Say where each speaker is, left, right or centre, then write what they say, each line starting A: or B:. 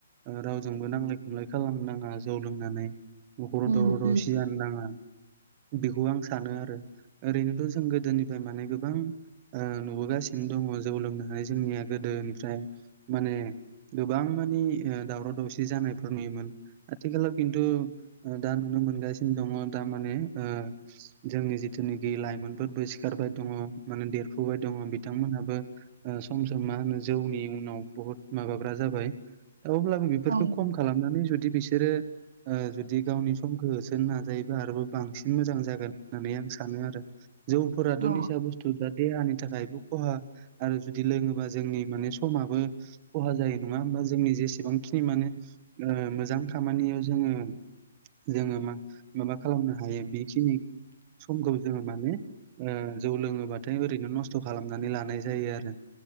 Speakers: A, on the right; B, on the right.
A: ओह रावजोंबो नांलाय खमलाय खालामनो नाङा जौ लोंनानै। नखराव
B: उम
A: दावराव दावसि
B: उम
A: जानोनाङा बेखौ आं सानोआरो। ओरैनोथ जों गोदोनिफाय माने ओह गोबां नुबोगासिनो दङ जौ लोंनो होनाय जोंनिया गोदो। ओनफ्राय माने गोबां मानि ओह दावराव दावसि जानायफोनि मान आथि खालाव खिन्थु ओह दा नुनो मोनगासिनो दङ दा माने ओह जोंनि जिथ जिथुनोखि लाइमोनफोरबो सिखारबायदङ माने देरफुबायदङ बिथांमोनहाबो ओह सम सम मा माहोनो जौ नि उनाव बुहुद मावबायग्रा जाबाय दा अब्लाबो बेफोरखो
B: औ
A: खम खालामनानै जद दि बिसोरो। ओह जुदि गावनि समखो होसोनो नाजायोबा आरोबाव बांसिन मोजां जागोन होननानै आं सा सानोआरो जौफोराथ
B: औ
A: निसा बुसथु दा देहानि था खायबो खहा आरो जुदि लोङोबा जोंनि माने समाबो खहाजायो नङा होमबा जोंनि जे सि सेबांखिनि माने ओह मोजां खामानियाव जोङो। जोङो मा माबाखालामनो हायो बेखिनि समखौ जोङो माने। ओह जौ लोङोबाथाय ओरैनो नस्थ खालामनानै लानाय जायोआरो।